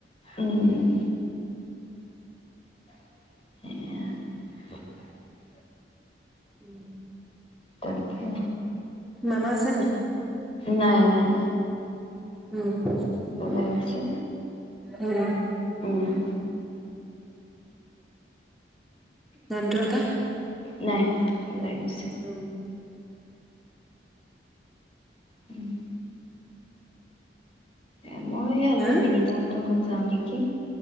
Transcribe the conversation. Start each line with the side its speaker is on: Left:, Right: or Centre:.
Left: উম- সেইয়াই
Centre: উম-
Left: তাকে-
Centre: মামা আছে নাই?
Left: নাই নাই,
Centre: উম <unintelligible>
Left: ওলাই গৈছে,
Centre: উম
Left: উম-
Centre: ঝানতো আকা-
Left: নাই ওলাই- গৈছে,
Centre: আম-
Left: উম- এ মইযে আজি
Centre: হা
Left: বিনিতাহঁত তোৰ ঘৰত যাওঁ নেকি?